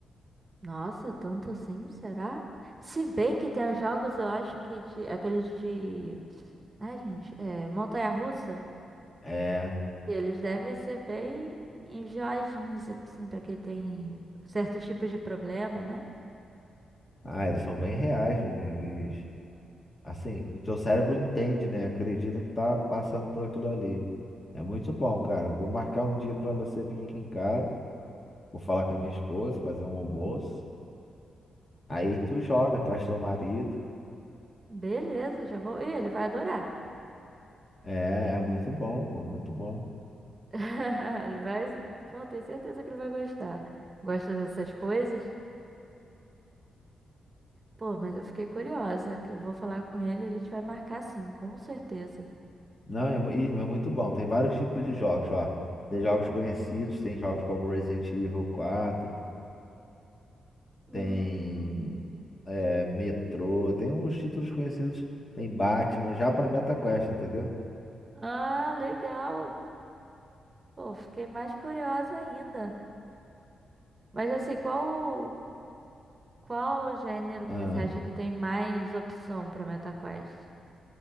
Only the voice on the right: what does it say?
Nossa, tanto assim, será? Se bem que tem os jogos, eu acho que de, aqueles de. Ai, gente, é, montanha-russa,
que eles devem ser bem enjoadinhos, assim, pra quem tem certos tipos de problema, né?
Beleza, já vou. Ih, ele vai adorar.
<laughs> Ele vai. Pô, tenho certeza que ele vai gostar. Gosta dessas coisas? Pô, mas eu fiquei curiosa, que eu vou falar com ele, a gente vai marcar sim, com certeza.
Hum.
Ah, legal. Pô, fiquei mais curiosa ainda. Mas assim, qual qual o gênero
que você acha que tem mais opção para MetaQuest?